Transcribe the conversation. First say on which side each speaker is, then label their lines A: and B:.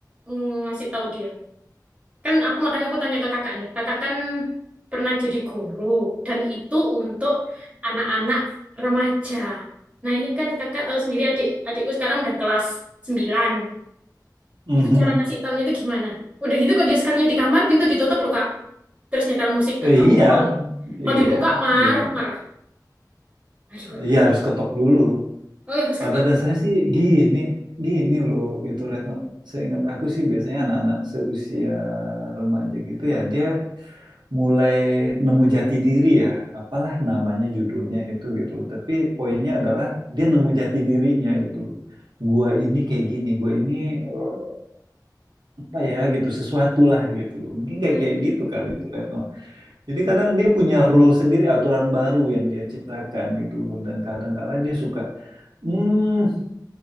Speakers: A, on the right; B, on the right.
A: ng- ngasih tahu dia. Kan aku makanya aku tanya ke kakak nih. Kakak kan pernah jadi guru dan itu untuk anak-anak remaja. Nah, ini kan kakak tahu sendiri adik adikku sekarang udah kelas sembilan
B: mhm.
A: Itu cara ngasih taunya itu gimana? Udah gitu kok dia sekalinya di kamar, pintu ditutup loh, Kak. Terus nyetel musik
B: Eh,
A: gak tahu.
B: Iya,
A: Kalau kalau
B: iya,
A: dibuka marah-marah.
B: iya.
A: Aduh,
B: Iya harus ketok dulu.
A: oh ya harus
B: Pada
A: ketok.
B: dasarnya sih gini, gini loh itu Retno. Seingat aku sih biasanya anak-anak seusia remaja gitu ya, dia mulai nemu jati diri ya, apalah namanya judulnya itu gitu loh. Tapi poinnya adalah dia nemu jati dirinya gitu loh. Gua ini kayak gini, gua ini eh, apa ya gitu, sesuatu lah gitu loh. Mungkin
A: Hmm.
B: kayak kayak gitu kali itu Retno. Jadi kadang dia punya rule sendiri, aturan baru yang dia ciptakan gitu loh. Dan kadang kala dia suka, hmm,